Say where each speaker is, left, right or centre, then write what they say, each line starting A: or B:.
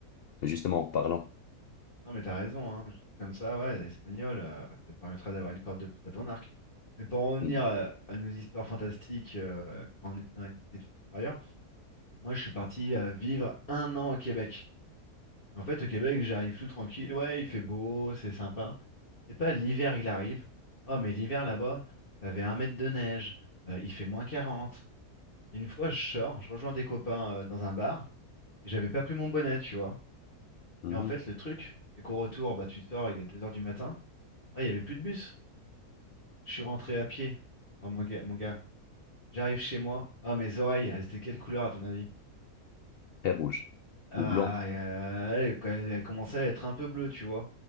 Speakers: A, on the left; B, on the left.
A: justement en parlant.
B: non, mais t'as raison, hein. Juste comme ça, ouais, l'espagnol, euh, ça te permettra d'avoir une corde de plus à ton arc. Mais pour en revenir
A: Mhm.
B: euh, à nos histoires fantastiques euh, quand on était dans les études supérieures, moi, je suis parti euh, vivre un an au Québec. En fait, au Québec, j'arrive tout tranquille. Ouais, il fait beau, c'est sympa. C'est pas l'hiver, il arrive. Oh, mais l'hiver là-bas, t'avais un mètre de neige, euh, il fait moins quarante Et une fois, je sors, je rejoins des copains euh, dans un bar, et j'avais pas pris mon bonnet, tu vois.
A: Mhm.
B: Et en fait, le truc, c'est qu'au retour, bah, tu sors, il est 2 heures du matin. Ah, il y avait plus de bus. Je suis rentré à pied. Oh, mon gars, mon gars. J'arrive chez moi. Oh, mes oreilles, elles étaient de quelle couleur à ton avis?
A: Très rouge.
B: Ah,
A: Ou blanc.
B: euh, elle, quand elle elle commençait à être un peu bleue, tu vois.